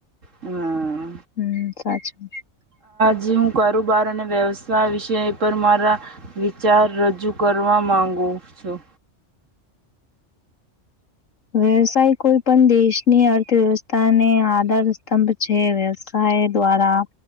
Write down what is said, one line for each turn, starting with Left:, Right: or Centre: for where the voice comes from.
Right: હમ્મ.
Left: હમ્મ, સાચું.
Right: જે હું કરુબાર અને વ્યવસાય વિષય પર મારા વિચાર રજૂ કરવા માંગુ ગું છું.
Left: વ્યવસાય કોઈ પણ દેશની અર્થવ્યવસ્થાને આધાર સ્તંભ છે. વ્યવસા ય દ્વારા